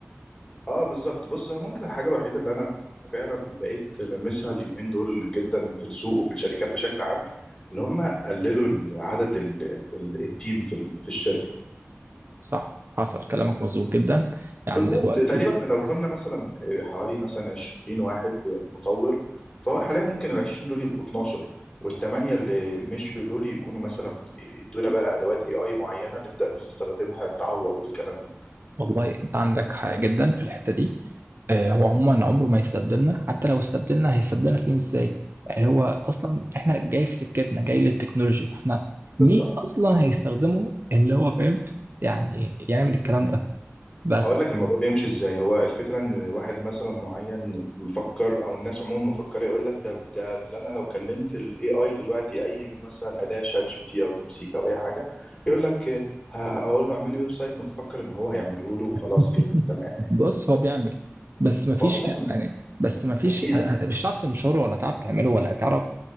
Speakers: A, on the left; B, on the right.
A: <laughs> اه بالظبط بص هو ممكن الحاجه الوحيده اللي انا فعلا بقيت لمسها اليومين دول جدا في السوق وفي الشركات بشكل عام اللي هم قللوا عدد ال... ال... التيم في ال... في الشركه
B: <laughs> صح حصل كلامك مظبوط جدا يعني
A: بالظبط
B: دلوقتي
A: تقريبا لو كنا مثلا آه، حوالي مثلا 20 واحد آه، مطور فهو حاليا ممكن ال 20 دول يبقوا 12 والثمانية اللي مشيوا دول يكونوا مثلا يدونا بقى أدوات AI معينة نبدأ نستخدمها تعوض الكلام ده
B: والله انت عندك حق جدا في الحته دي آه، هو عموما عمره ما يستبدلنا حتى لو استبدلنا هيستبدلنا فين ازاي يعني هو اصلا احنا جاي في سكتنا جاي للتكنولوجي فاحنا
A: بالظبط
B: مين اصلا هيستخدمه اللي هو فاهم يعني يعمل الكلام ده بس
A: هقول لك الموضوع بيمشي ازاي هو الفكره ان واحد مثلا معين مفكر او الناس عموما مفكره يقول لك ده ده اللي انا لو كلمت الاي اي دلوقتي اي مثلا اداه شات جي بي تي او ديب سيك او اي حاجه يقول لك ه- هقول له اعمل لي ويب سايت مفكر ان هو هيعمله له وخلاص
B: <laughs>
A: كده تمام يعني
B: بص هو بيعمل بس مفيش
A: هو بيعمل
B: ك- يعني بس مفيش
A: اكيد
B: ه- ه- مش هتعرف تنشره ولا هتعرف تعمله ولا هتعرف